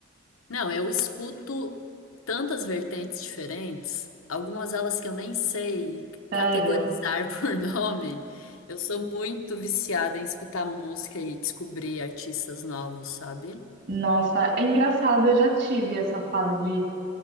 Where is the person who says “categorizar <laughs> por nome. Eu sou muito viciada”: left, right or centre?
Left